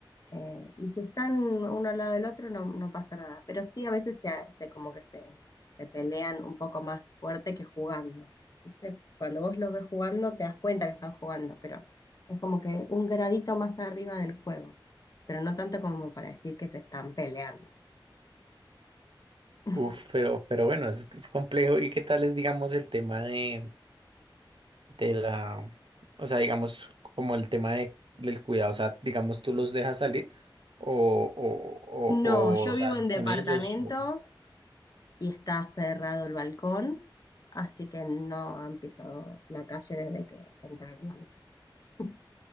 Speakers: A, on the left; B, on the right.
A: Eh, y si están uno al lado del otro, no, no pasa nada. Pero sí, a veces se, se- como que se, se pelean un poco más fuerte que jugando. ¿Viste? Cuando vos los ves jugando, te das cuenta que están jugando, pero es como que un gradito más arriba del juego. Pero no tanto como para decir que se están peleando. <laughs>
B: Uf, pero, pero bueno, es, es complejo. ¿Y qué tal es, digamos, el tema de, de la, o sea, digamos, como el tema de, del cuidado? O sea, digamos, tú los dejas salir o, o,
A: No,
B: o,
A: yo
B: o sales
A: vivo en departamento
B: con ellos. o-
A: y está cerrado el balcón, así que no han pisado la calle desde que entraron a mi casa. <laughs>